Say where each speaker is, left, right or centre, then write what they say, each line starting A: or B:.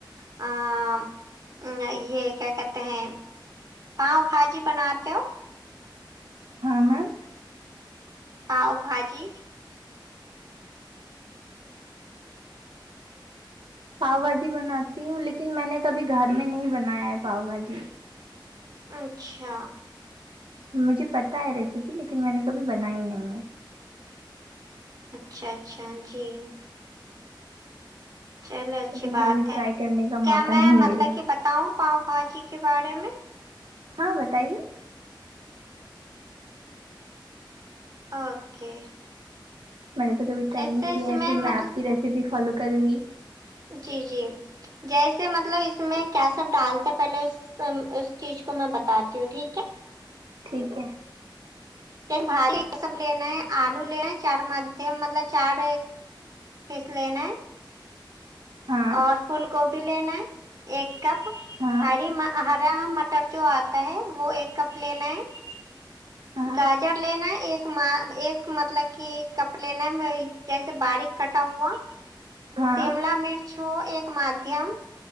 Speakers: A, on the right; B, on the right.
A: ا یہ کیا کہتے ہیں پاؤ بھاجی بناتے ہو
B: ہاں میم
A: پاؤ بھاجی
B: پاؤ بھاجی بناتی ہوں لیکن میں نے کبھی گھر میں نہیں بنایا ہے پاؤ بھاجی
A: اچھا
B: مجھے پتہ ہے ریسیپی لیکن میں نے کبھی بنائی نہیں ہے
A: اچھا اچھا جی چلو اچھی
B: مطلب
A: بات
B: کبھی
A: ہے
B: ٹرائی کرنے کا
A: کیا
B: موقع
A: میں
B: نہیں
A: مطلب
B: ملا
A: کہ ب بتاؤں پاؤ بھاجی کے بارے میں
B: ہاں بتائیے
A: اوکے
B: میں نے تو کبھی ٹرائی
A: جیسے
B: نہیں کیا
A: اس
B: ہے پھر
A: مطلب
B: میں اپ کی ریسیپی فالو کروں گی
A: جی جی جیسے مطلب اس میں کیا سب ڈالتے پہلے سن اس چیز کو میں بتاتی ہوں ٹھیک ہے
B: ٹھیک ہے
A: بھاجی یہ سب لینا ہے آلو لینا ہے چار م مطلب چار پیس لینا ہے
B: ہاں
A: اور پول گوبھی لینا ہے ایک کپ
B: ہاں
A: ہری ما ہرا مٹر جو آتا ہوتا ہے وہ ایک کپ لینا ہے
B: ہاں
A: گاجر لینا ہے ایک م ایک مطلب کہ کپ لینا ہے جیسے باریک کٹا ہوا
B: ہاں
A: شیملا مرچ ہو ایک مادھیم